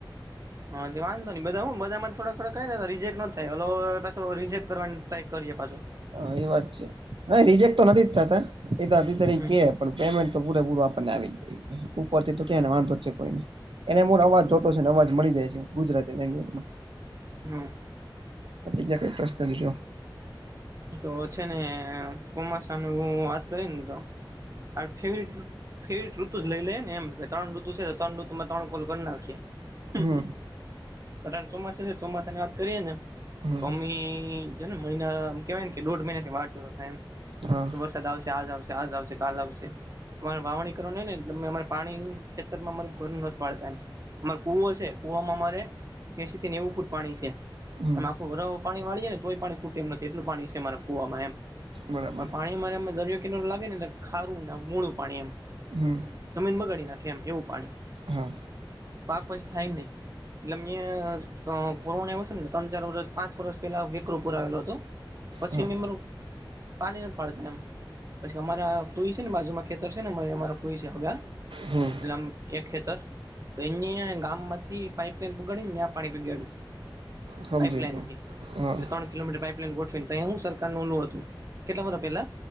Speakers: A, on the right; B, on the right.
A: હા તે વાંધો નહી બધા હું બધામાં થોડા થોડા કઈને તો રિજેક્ટો નો થાય ઓલ પાછું રિજેક્ટ કરવાનો ટ્રાય કરીએ પાછો.
B: હ એ વાત છે હ રિજેક્ટ તો નથી જ થતા એ દ તરી
A: હમ
B: કે. પણ પેમેન્ટ તો પૂરે પૂર આપણને આવી જાય ઉપર થી તો ક્યાંને
A: હમ
B: વાંધો જ છે કોઈને. એને મુળ અવાજ જો તો છે ને અવાજ મળી જાય છે ગુજરાતી લેંગવેજમાં,
A: હમ.
B: બીજા કઈ પ્રશ્ન <unintelligible>
A: તો છે ને કોમાસા નું હું વાત કરી ને તો <unintelligible> <unintelligible> ઋતુ જ લઈ લે ને એમ ત્રણ ઋતુ છે ત્રણ ઋતુ માં ત્રણ કોલ કરી નાખીએ. હ હ
B: હમ
A: હ અત્યારે ચોમાસું છે ચોમાસા ની વાત કરીયે ને
B: હમ
A: તો અમી ને મહિના કેવાય ને કે દોઢ મહિના થી વાટ જોતા હતા એમ
B: હા,
A: તો વરસાદ આવશે આજ આવશે આજ આવશે કાલ આવશે અમારે વાવણી કરવાની હોય ને એટલે અમે અમારે પાણી ખેતરમાં અમારૂ ઘરું ન વાળતા એમ અમારે કુવો છે, કુવામાં અમારે એસી થી નેવું ફૂટ પાણી છે
B: હમ
A: તમાં આખું વરહ પાણી વાળીએે ને તોય પાણી ખૂટે એમ નથી એટલું પાણી છે અમારા કુવામાં એમ
B: બરાબર
A: પણ પાણી <unintelligible> દરેક લાગેને એટલે ખારું ને મોળું પાણી એમ.
B: હમ
A: જમીન બગાડી નાખે એમ એવું પાણી
B: હા
A: પાક પછી થાય નહી એટલે મેં અ કોરોના આવ્યો છે ને ત્રણ ચાર વર્ષ પાંચ વર્ષ પહેલા <unintelligible> પુર આવેલો હતો પછી
B: હા
A: મેં મારો પાણી નથી વાળતા એમ પછી અમારા ફૂઈ છે ને બાજુમાં ખેતર છે ને અમારા ફૂઈ છે હગા,
B: હમ
A: એટલે અમે એ ખેતર <unintelligible> ગામ માથી થી પાઈપલાઈન પોગાડી ત્યા પાણી પોગાડ્યું
B: સમજી
A: પાઈપલાઈનથી
B: ગયો હા
A: એટલે ત્રણ કિલોમીટર પાઈપ લાઈન ગોઠવી ને તયા હુ સરકાર નુ ઓલું હતું કેટલા વર્ષ પેલા